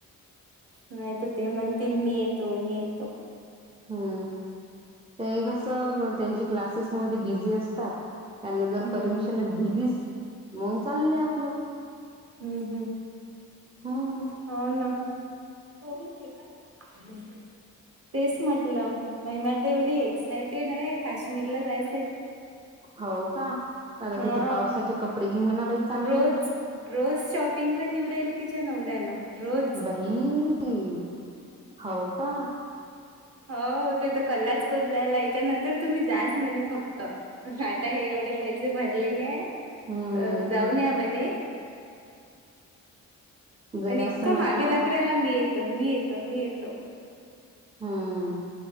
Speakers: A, on the right; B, on the right.
A: नाही तर ते म्हणतील मी येतो मी येतो.
B: हम्म ते कस त्यांची क्लासेस मध्ये बिझी असतात. त्यांना
A: हम्म
B: जर परमिशन दिलीच मन चाललंय आपलं.
A: हम्म हम्
B: हम्म
A: हो ना. हो का <unintelligible> तेच म्हटलं महिमा तेव्हडी एक्सायटेड आहे काश्मीरला जायच
B: हो का कदा
A: हा
B: तिथे पावसाचे कपडे घे म्हणा बाई चांगले
A: रोज रोज शॉपिंगला निवराहिली तिच्या नवऱ्याला. रोज.
B: बाई हो का
A: हो तेथ कल्लाच करू रायला याच्या नंतर तुम्ही जास म्हणे. फक्त आता हे एवढे पैसे भरलेले आहे.
B: हम्म
A: तर जाऊन या म्हणे
B: जरा
A: आणि इतकं
B: असं म्हणा
A: मागे लागरायला मी येतो मी येतो मी येतो
B: हम्म